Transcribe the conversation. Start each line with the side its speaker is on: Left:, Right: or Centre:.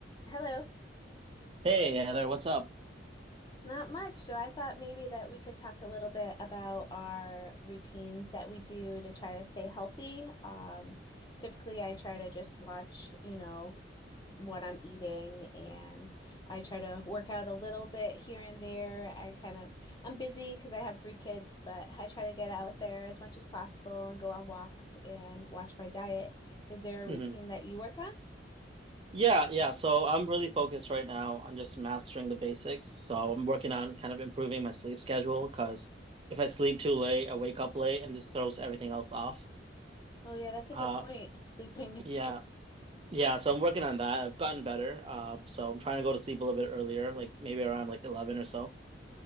Left: Hello.
Right: Hey, Heather, what's up?
Left: Not much. So I thought maybe that we could talk a little bit about our routines that we do to try to stay healthy. Um, typically I try to just watch, you know, what I'm eating and I try to work out a little bit here and there. I kind of I'm busy because I have three kids, but I try to get out there as much as possible and go on walks and watch my diet. Is there a
Right: hmm
Left: routine that you work on?
Right: Yeah, yeah. So I'm really focused right now on just mastering the basics. So I'm working on kind of improving my sleep schedule because if I sleep too late, I wake up late and just throws everything else off.
Left: Oh yeah, that's a
Right: Uh,
Left: good point. Sleeping
Right: yeah, yeah. So I'm working on that. I've gotten better. Um, so I'm trying to go to sleep a little bit earlier, like maybe around like 11 or so.